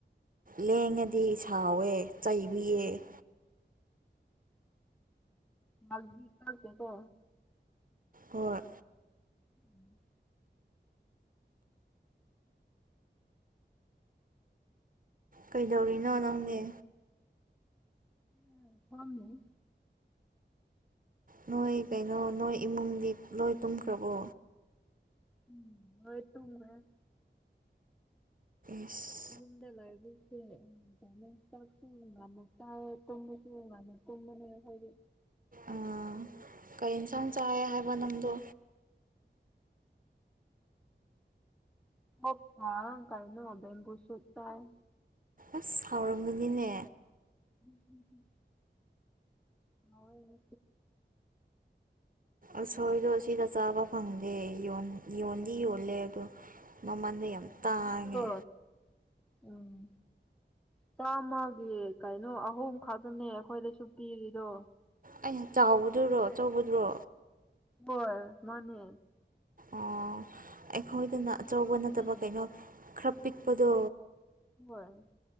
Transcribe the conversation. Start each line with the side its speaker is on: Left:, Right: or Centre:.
Right: ꯂꯦꯡꯉꯗꯤ ꯁꯥꯎꯋꯦ ꯆꯩꯕꯤꯌꯦ
Centre: ꯃꯥ <unintelligible> ꯀꯣ
Right: ꯍꯣꯏ
Centre: ꯎꯝ
Right: ꯀꯩꯗꯧꯔꯤꯅꯣ ꯅꯪꯗꯤ
Centre: ꯎꯝ ꯐꯝꯃꯝꯃꯤꯅꯤ
Right: ꯅꯣꯏ ꯀꯩꯅꯣ ꯅꯣꯏ ꯏꯃꯨꯡꯗꯤ ꯂꯣꯏ ꯇꯨꯝꯈ꯭ꯔꯕꯣ
Centre: ꯎꯝ ꯂꯣꯏ ꯇꯨꯝꯒꯔꯦ
Right: ꯏꯁ
Centre: ꯌꯨꯝꯗ ꯂꯩꯕꯁꯦ <unintelligible> ꯇꯨꯝꯕꯁꯨ ꯉꯟꯅ ꯇꯨꯝꯕꯅꯦ ꯑꯩꯈꯣꯏꯗꯤ
Right: ꯑꯥ ꯀꯩ ꯏꯟꯁꯥꯡ ꯆꯥꯏ ꯍꯥꯏꯕ ꯅꯪꯗꯣ
Centre: ꯉꯁꯤꯗꯤ <inaudible> ꯀꯩꯅꯣ ꯕꯦꯝꯕꯨ ꯁꯨꯄ ꯆꯥꯏ
Right: ꯑꯁ ꯍꯥꯎꯔꯝꯒꯅꯤꯅꯦ
Centre: ꯎꯝ ꯎꯝ ꯍꯥꯎꯋꯦ
Right: ꯎꯁꯣꯏꯗꯣ ꯁꯤꯗ ꯆꯥꯕ ꯐꯪꯗꯦ ꯌꯣꯟꯗꯤ ꯌꯣꯜꯂꯦ ꯑꯗꯣ ꯃꯃꯟꯗꯣ ꯌꯥꯝ ꯇꯥꯡꯉꯦ
Centre: ꯑꯗꯨꯗꯣ ꯎꯝ ꯆꯥꯝꯃꯒꯤ ꯀꯌꯥ ꯅꯣ ꯑꯍꯨꯝ ꯈꯛꯇꯅꯦ ꯑꯩꯈꯣꯏꯗꯁꯨ ꯄꯤꯔꯤꯗꯣ
Right: ꯑꯩ ꯆꯥꯎꯕꯗꯨꯔꯣ ꯑꯆꯧꯕꯗꯨꯔꯣ
Centre: ꯍꯣꯏ ꯃꯥꯅꯦ
Right: ꯑꯣ ꯑꯩꯈꯣꯏꯗꯅ
Centre: ꯍꯣꯏ
Right: ꯑꯆꯧꯕ ꯅꯠꯇꯕ ꯀꯩꯅꯣ ꯈꯔ ꯄꯤꯛꯄꯗꯣ
Centre: ꯍꯣꯏ